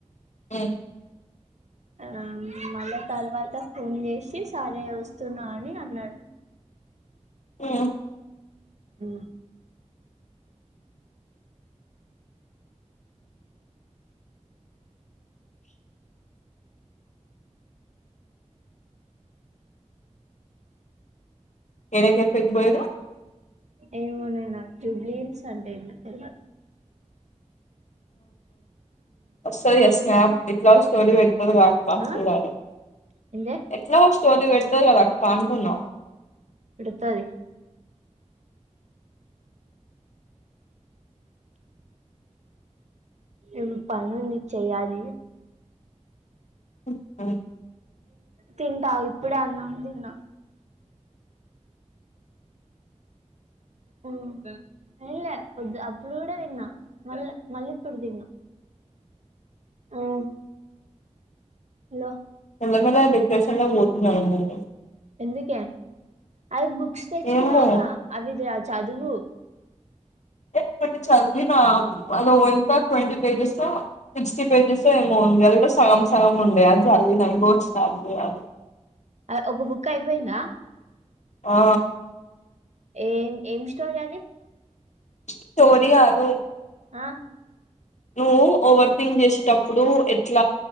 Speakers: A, on the left; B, on the right.
A: ఉ
B: ఆ మళ్ళా తర్వాత ఫోన్ చేసి సరే వస్తున్నా అని అన్నాడు
A: ఆ
B: ఉ
A: ఎరకసక్ పోయరు
B: ఏమున్నాయి నాకు జూబ్లిన్స్ అంటే ఏ తరువా
A: ఒకసారి ఎస్ మ్యామ్ ఎట్లా స్టోరి పెట్ అకా
B: ఆ
A: చూడాలె
B: ఏందే
A: ఎట్లా వం సోది పెడతాది కదా అక్క అంటున్నా
B: పెడతాది ఇవి పని ఉంది చెయ్యాలి
A: ఉహు
B: తింట ఇప్పుడే అన్నం తిన్న ఉమ్ తిన్లే పొద్దు అప్పుడు కూడ దిన్న మళ్ల మళ్ళీ ఇప్పుడు దిన్న ఊమ్ హలో
A: లేమర డిప్రెషన్ల పోతున్నదండీ
B: అందుకే అది బుక్స్ తెచ్చుకున్నాంగ
A: ఏమో
B: అవి చదువు
A: అంటే ఒకటి చదివిన అద్ ఒ ఇంపార్టెంట్ ట్వంటీ పేజెస్ ఓ సిక్స్టీ పేజెస్ ఏమో ఉంది అది కూడ సద్విన <inaudible> సగం సగం ఉండే అది చదివిన ఇంకో చాలు <inaudible>
B: అ ఒక బుక్ అయిపోయిందా
A: ఆ
B: ఏం ఏం స్టోరి అది
A: స్టోరీ కాదు
B: ఆ
A: నువ్వు ఓవర్ థింక్ చేసేటప్పుడు ఎట్ల